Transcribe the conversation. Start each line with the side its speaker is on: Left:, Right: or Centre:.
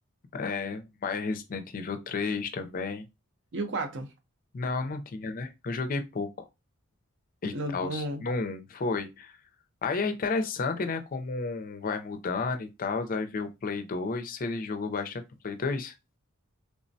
Left: É, mas Resident Evil três também.
Right: E o quatro.
Left: Não, não tinha, né? Eu joguei pouco. E
Right: No,
Left: tal,
Right: no...
Left: no um foi. Aí é interessante, né? Como um vai mudando e tal. Aí vê o Play dois Você jogou bastante no Play dois